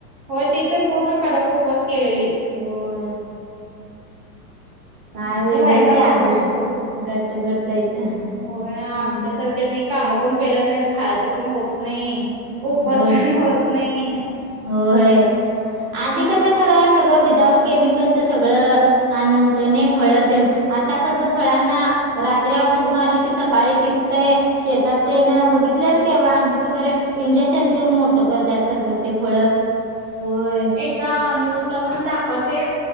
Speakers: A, on the right; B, on the right.
A: होय ती तर पूर्ण कडक उपवास केलेली
B: होय काय
A: आधीच्या
B: वेगळंच
A: बायका
B: ते आधीच
A: घट ह्यात सोडा
B: घट्ट घट्ट आहेत
A: होय आमच्यासारखी काम पण पेलत नाहीत खायचं पण होत नाही उपवास
B: होय
A: सहन
B: होय
A: होत नाही
B: होय आधी कसं खरं सगळं विदाऊट केमिकलचं सगळं अन्न होत नी फळ तेन आता कसं फळांना रात्री औषध मारलं की सकाळी पिकतय शेतात तेन बघितल्यास काय वांगी वगैरे इंजेक्शन देऊन मोठं करतात सगळं ते फळ होय
A: आता न्यूज ला पण दाखवालते